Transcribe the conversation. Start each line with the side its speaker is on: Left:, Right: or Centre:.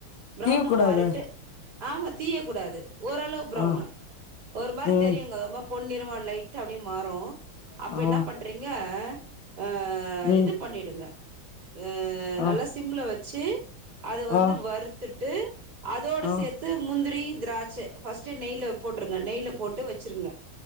Right: பிரவுனா
Left: தீவ கூடாது
Right: மாறிட்டு ஆமா தீயக்கூடாது ஓரளவு ப்ரௌனா
Left: ஆ
Right: ஒரு மாரி
Left: ம்
Right: தெரியுங்க பொன்னிறமா லைட்டா அப்டியே மாறு அப்ப
Left: ஆ
Right: என்னா பண்றீங்க அ
Left: ம்
Right: இது பண்ணிடுங்க அ நல்லா
Left: ஆ
Right: சிம்ல வெச்சு அத வந்து
Left: ஆ
Right: வறுத்துட்டு அதோடு
Left: ஆ
Right: சேத்து முந்திரி திராட்ச ஃபர்ஸ்ட்டு நெய்ல போட்டுருங்க நெய்ல போட்டு வெச்சுருங்க